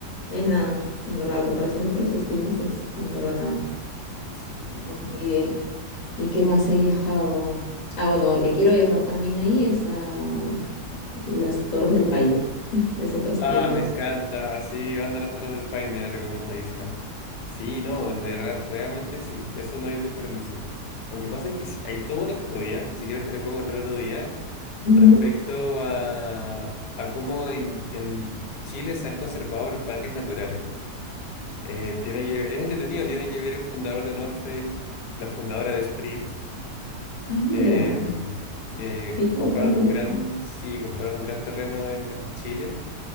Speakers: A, on the left; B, on the left.
A: Es nada, en verdad, a comparación de otros destinos, es en verdad nada.
B: Sí.
A: Ok. Y, eh, ¿Y qué más he viajado? Ah, bueno, porque quiero viajar también ahí es a las Torres del Paine. <laughs> Es otro sitio
B: Ah,
A: que me
B: me
A: gusta.
B: encanta. Así, anda las Torres del Paine, recomendadísima. Sí, no, de re- realmente sí, eso no hay desperdicio. Lo que pasa es que sí, hay toda una historia, que si quieres te la puedo contar otro día,
A: Ujú.
B: respecto a, a cómo en, en Chile se han conservado los parques naturales. Eh, tiene que, es entretenido, tiene que ver el fundador de North Face, la fundadora de Sprit.
A: Ah, mira,
B: Eh, eh,
A: qué interesante
B: compraron un
A: eso.
B: gran, sí, compraron un gran terreno en, en Chile